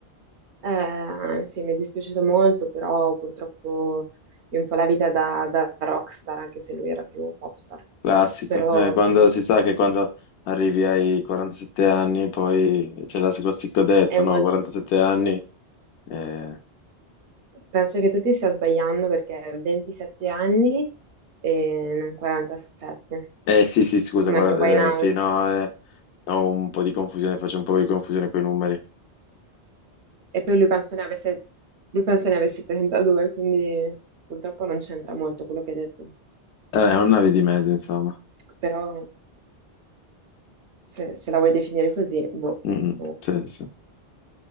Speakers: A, on the right (about 85°); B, on the left (about 80°).
A: Eh, sì, mi è dispiaciuto molto, però purtroppo è un po' la vita da, da rockstar, anche se lui era più popstar.
B: classico,
A: Però
B: Eh, quando
A: mh,
B: si sa che quando arrivi ai 47 anni poi c'è la classico detto,
A: è molto...
B: no, 47 anni, eh,
A: penso che tu ti stia sbagliando perché ha 27 anni e non 47,
B: eh, sì sì scusa,
A: come
B: 40
A: Amy Winehouse.
B: eh, sì no, eh, ho un po' di confusione, faccio un po' di confusione con i numeri,
A: E poi lui penso ne avesse, lui penso ne avesse 32, quindi purtroppo non c'entra molto quello che hai detto.
B: eh, è una via di mezzo insomma,
A: Però se, se la vuoi definire così, boh,
B: Mm, mm,
A: no.
B: sì, sì, sì.